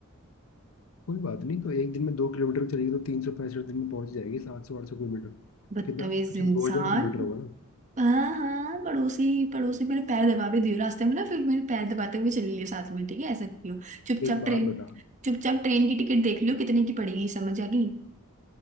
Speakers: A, on the left; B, on the right.
A: कोई बात नहीं तो एक दिन में दो किलोमीटर चलेगी तो तीन सौ पैंसठ दिन में पहुंच जाएगी सात सौ आठ सौ किलोमीटर
B: बदतमीज
A: कितना अच्छा
B: इंसान
A: दो हजार किलोमीटर होगा ना
B: हाँ हाँ पड़ोसी पड़ोसी मेरे पैर दबा भी दियो रास्ते में ना फिर मेरे पैर दबाते हुए चली लियो साथ में ठीक है ऐसा करियो चुपचाप
A: एक बात
B: ट्रेन
A: बता
B: चुपचाप ट्रेन की टिकट देख लियो कितने की पड़ेगी समझ आ गई